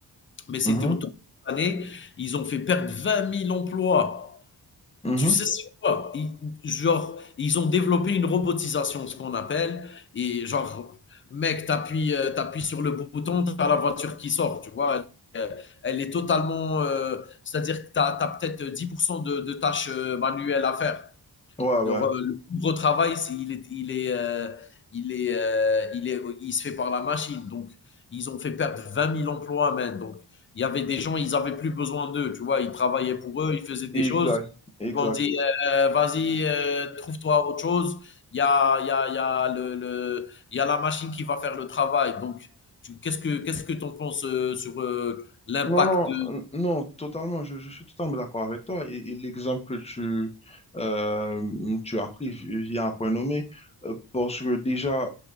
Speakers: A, on the left; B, on the left.
A: mais c'était
B: mhm,
A: autour de cette année. Ils ont fait perdre 20 000 emplois.
B: mhm.
A: Tu sais, c'est quoi? Ils, genre, ils ont développé une robotisation, ce qu'on appelle, et genre, mec, t'appuies, euh, t'appuies sur le bouton, t'as la voiture qui sort, tu vois. Euh, Elle est totalement, euh, c'est-à-dire que t'as, as peut-être 10% de, de tâches euh, manuelles à faire.
B: Ouais, ouais,
A: De re- le plus gros travail, c'est il est, il est, euh, il est, euh, il est, il se fait par la machine. Donc, ils ont fait perdre vingt mille emplois, man. Donc, il y avait des gens, ils avaient plus besoin d'eux, tu vois. Ils travaillaient pour eux, ils faisaient des
B: exact,
A: choses.
B: exact.
A: Ils m'ont dit, euh, euh, vas-y, euh, trouve-toi autre chose. Il y a, il y a, il y a le, le- il y a la machine qui va faire le travail. Donc, tu, qu'est-ce que, qu'est-ce que t'en penses euh, sur euh, l'impact
B: Non, non,
A: de...
B: n- non, totalement, je, je suis totalement d'accord avec toi. Et, et l'exemple que tu, euh, tu as pris vi- vient à point nommé, euh, parce que déjà,